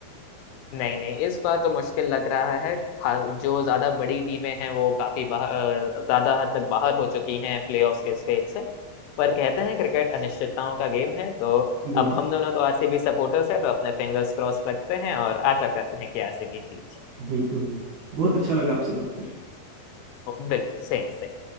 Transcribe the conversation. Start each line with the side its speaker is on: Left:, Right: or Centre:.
Left: नहीं नहीं इस बार तो मुश्किल लग रहा है खा- जो ज्यादा बड़ी टीमें हैं वो काफी बाहर ज्यादा हद तक बाहर हो चुकी हैं प्लेऑफ्स के स्टेज से पर कहते हैं क्रिकेट अनिश्चितताओं का गेम है तो
Right: बिल्कुल
Left: अब हम दोनों तो आरसीबी सपोर्टर्स हैं तो अपने फिंगर्स क्रॉस रखते हैं और आशा करते हैं कि आरसीबी जीत
Right: बिल्कुल बिल्कुल बहुत अच्छा लगा आपसे बात करके
Left: जाए बिल्कुल सेम सेम